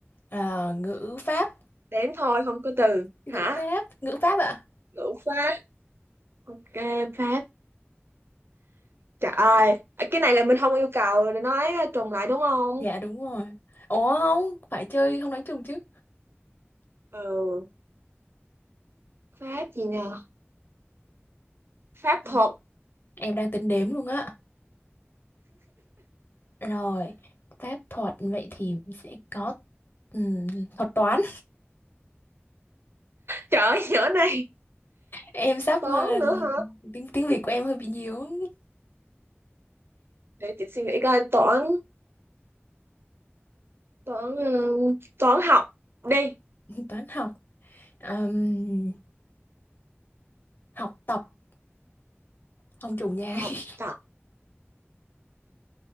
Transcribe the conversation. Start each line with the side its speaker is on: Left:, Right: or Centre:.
Left: à, ngữ pháp
Right: đếm thôi không có từ
Left: ngữ
Right: hả
Left: pháp ngữ pháp ạ à?
Right: ngữ pháp ok pháp trời ơi cái này là mình không yêu cầu để nói ờ, trùng lại đúng không
Left: dạ đúng rồi ủa không phải chơi không nói chung chứ
Right: ừ pháp gì nhờ pháp
Left: Ừ,
Right: thuật
Left: em đang tính đếm luôn á rồi pháp thuật vậy thì sẽ có ừm, thuật toán
Right: trời ơi, nhỏ này
Left: em sắp
Right: toán
Left: ờ,
Right: nữa hả
Left: tiếng tiếng Việt của em hơi bị nhiều
Right: để chị suy nghĩ coi toán toán ừ, toán học đi
Left: <laughs> toán học Ừm, học tập không chủ nhà
Right: học
Left: <laughs>
Right: tập